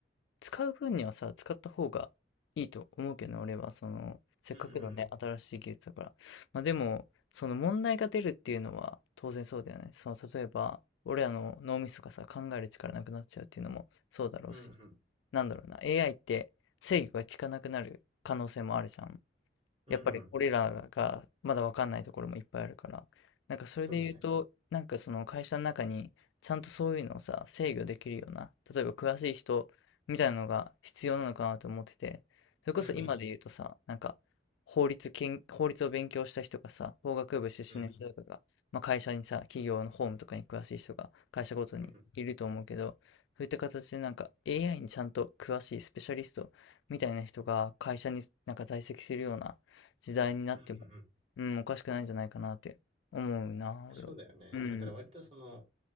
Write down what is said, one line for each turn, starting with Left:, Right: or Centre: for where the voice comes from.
Left: 使う分にはさ、使った方がいいと思うけどね、俺は。その、せっかくのね、
Right: うんうん。
Left: 新しい技術だから。まあでも、その問題が出るっていうのは当然そうだよね。その、例えば、俺らの脳みそがさ、考える力なくなっちゃうっていうのもそうだろうし。
Right: うんうん。
Left: なんだろうな。AI って制御が効かなくなる可能性もあるじゃん。
Right: うんうん。
Left: やっぱり俺らがまだわかんないところもいっぱいあるから、なんかそれで言うと、
Right: そうだね。
Left: なんかその会社の中にちゃんとそういうのをさ、制御できるような、例えば詳しい人みたいなのが必要なのかなと思ってて、それこそ今で言うとさ、
Right: うんうん。
Left: なんか法律研、法律を勉強した人がさ、法学部出身の人とかが、
Right: うん
Left: まあ、会社にさ、企業の法務とかに詳しい人が会社ごとにいると思うけど、
Right: うん。
Left: そういった形でなんか AI にちゃんと詳しいスペシャリストみたいな人が会社になんか在籍するような時代になっても、
Right: うんうんうん。
Left: うん、おかしくないんじゃないかなって思うな、俺は。
Right: そうだよね。
Left: うん。
Right: だから割とその